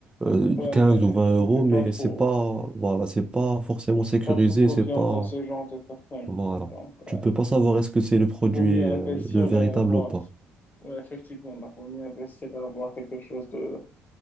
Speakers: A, on the right; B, on the left.
A: euh,
B: ouais,
A: 15
B: mais
A: ou 20
B: je
A: euros,
B: fais pas
A: mais
B: trop,
A: c'est pas voilà, c'est pas forcément
B: je
A: sécurisé,
B: fais pas trop confiance
A: c'est pas
B: à ce genre de personnes.
A: voilà.
B: Donc
A: Tu
B: euh,
A: peux pas savoir est-ce que c'est le produit
B: vaut mieux investir
A: euh, le véritable
B: et avoir,
A: ou pas.
B: ouais, effectivement, donc, vaut mieux investir et avoir quelque chose de,